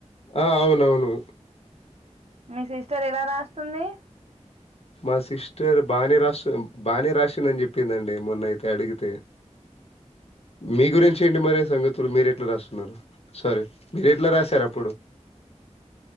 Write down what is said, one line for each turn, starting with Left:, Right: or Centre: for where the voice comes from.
Left: ఆ అవునవును
Right: మీ సిస్టర్ ఎలా రాస్తుంది
Left: మా సిస్టర్ బానే రాసి బానే రాసిందని చెప్పిందండి మొన్నయితే అడిగితే మీ గురించి ఏంటి మరి సంగతులు మీర ఎట్లా రాస్తున్నారు. సారీ మీరు ఎట్లా రాశారు అప్పుడు.